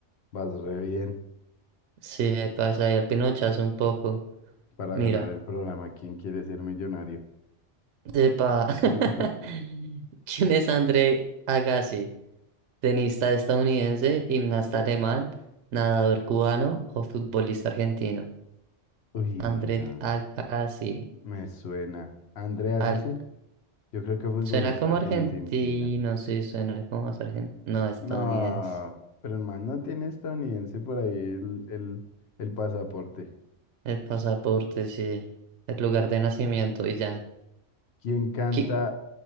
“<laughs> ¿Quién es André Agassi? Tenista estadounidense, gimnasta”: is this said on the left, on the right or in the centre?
Right